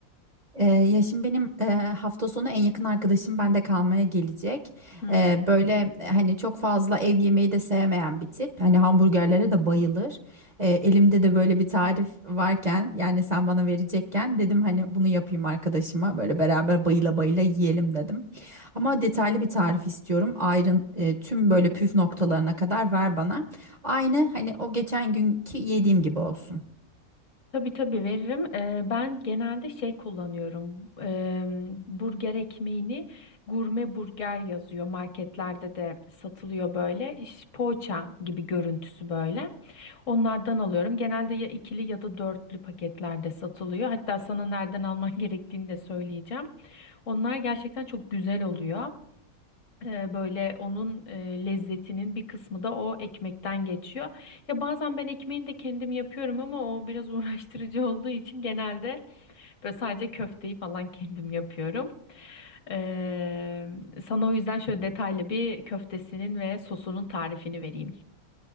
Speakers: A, on the right; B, on the left.
A: Ee, ya şimdi benim e, hafta sonu en yakın arkadaşım bende kalmaya gelecek.
B: Hmm.
A: Ee, böyle e, hani çok fazla ev yemeği de sevmeyen bir tip. Hani hamburgerlere de bayılır. Ee, elimde de böyle bir tarif varken yani sen bana verecekken dedim hani bunu yapayım arkadaşıma. Böyle beraber bayıla bayıla yiyelim dedim. Ama detaylı bir tarif istiyorum. Ayrın e, tüm böyle püf noktalarına kadar ver bana. Aynı hani o geçen günkü yediğim gibi olsun.
B: Tabii tabii veririm. Ee, ben genelde şey kullanıyorum. Ee, burger ekmeğini gurme burger yazıyor. Marketlerde de satılıyor böyle. İş, poğaça gibi görüntüsü böyle. Onlardan alıyorum. Genelde ya ikili ya da dörtlü paketlerde satılıyor. Hatta sana nereden alman <laughs> gerektiğini de söyleyeceğim. Onlar gerçekten çok güzel oluyor. Ee, Böyle onun e, lezzetinin bir kısmı da o ekmekten geçiyor. Ya bazen ben ekmeğini de kendim yapıyorum ama o biraz <laughs> uğraştırıcı olduğu için genelde böyle sadece köfteyi falan kendim yapıyorum. Ee, sana o yüzden şöyle detaylı bir köftesinin ve sosunun tarifini vereyim.